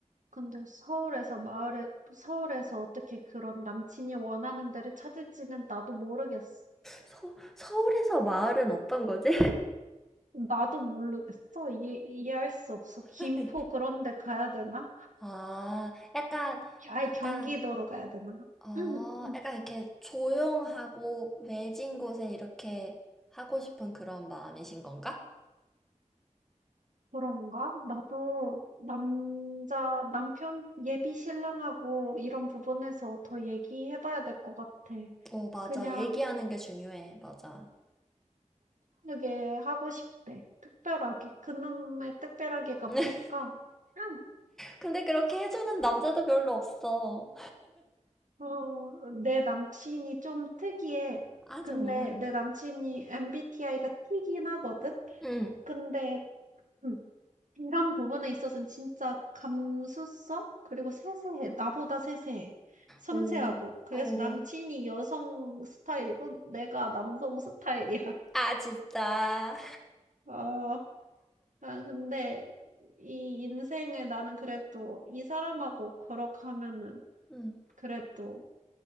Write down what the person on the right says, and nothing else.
근데 서울에서 마을에 서울에서 어떻게 그런 남친이 원하는 데를 찾을지는 나도 모르겠어.
나도 모르겠어. 이해 이해할 수 없어. 김포
그런 데 가야 되나?
아예
경기도로 가야 되나?
<clears throat>
그런가? 나도 남자 남편 예비 신랑하고 이런 부분에서 더 얘기해봐야 될 것 같아.
그냥
특별하게 하고 싶대. 특별하게. 그놈의 특별하게가
뭘까? 응.
어, 내 남친이 좀 특이해.
근데
내 남친이 MBTI가 T긴 하거든?
근데, 음, 이런 부분에 있어서는 진짜 감수성? 그리고 세세해. 나보다 세세해. 섬세하고.
그래서
남친이 여성 스타일이고, 내가 남성 스타일이야. <laughs>
아. 아 근데 이 인생을 나는 그래도 이 사람하고 걸어가면은
그래도